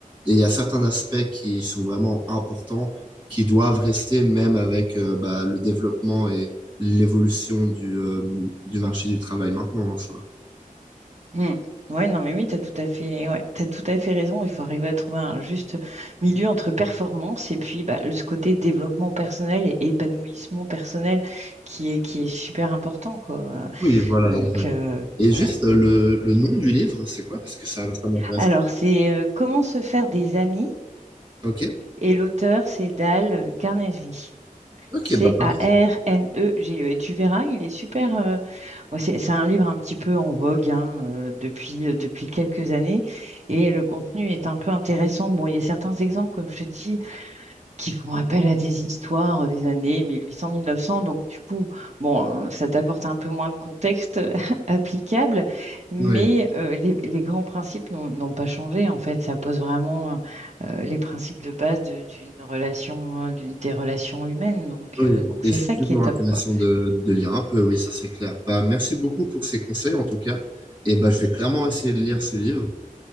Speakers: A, on the right; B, on the right.
A: Et il y a certains aspects qui sont vraiment importants, qui doivent rester même avec euh, bah, le développement et l'évolution du, euh, du marché du travail maintenant en soi.
B: Mm. Ouais, non, mais oui, t'as tout à fait, ouais, t'as tout à fait raison. Il faut arriver à trouver un juste milieu entre performance et puis bah, le- ce côté développement personnel et épanouissement personnel qui est, qui est super important, quoi.
A: Oui, voilà,
B: Donc,
A: exact.
B: euh,
A: Et juste
B: ouais.
A: euh, le, le nom du livre, c'est quoi? Parce que ça, ça m'intéresse.
B: Alors, c'est euh, Comment se faire des amis
A: Ok,
B: et l'auteur, c'est Dale Carnegie.
A: ok,
B: C-A-R-N-E-G-E.
A: bah parfait.
B: Et tu verras, il est super. euh, bon, c'est c'est un livre un petit peu en vogue hein, euh, depuis, euh, depuis quelques années. Et le contenu est un peu intéressant. Bon, il y a certains exemples, comme je te dis, qui font appel à des histoires euh, des années 1800-1900. Donc, du coup, bon, euh, ça t'apporte un peu moins de contexte <laughs> applicable, mais
A: Oui.
B: euh, les, les grands principes n'ont n'ont pas changé. En fait, ça pose vraiment euh, les principes de base de- d'une relation, euh, d'une, des relations humaines. Donc,
A: Oui,
B: euh, donc
A: et
B: c'est
A: c'est
B: ça
A: toujours
B: qui est
A: intéressant
B: top, quoi.
A: de, de lire un peu, oui, ça c'est clair. Bah, merci beaucoup pour ces conseils en tout cas. Et bah, je vais clairement essayer de lire ce livre.